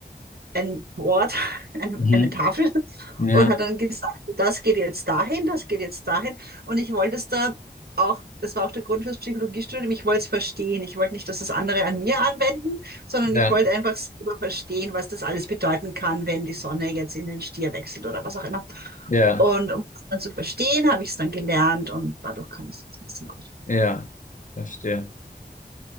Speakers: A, on the right; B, on the left.
A: ein Board, <laughs> eine,
B: Mhm.
A: eine Tafel.
B: Ja,
A: Und hat dann gesagt, das geht jetzt dahin, das geht jetzt dahin. Und ich wollte es da auch, das war auch der Grund fürs Psychologiestudium, ich wollte es verstehen. Ich wollte nicht, dass das andere an mir anwenden, sondern
B: ja,
A: ich wollte einfach selber verstehen, was das alles bedeuten kann, wenn die Sonne jetzt in den Stier wechselt oder was auch immer.
B: ja,
A: Und um das dann zu verstehen, habe ich es dann gelernt und dadurch kann ich es jetzt ein bisschen aus.
B: ja, verstehe.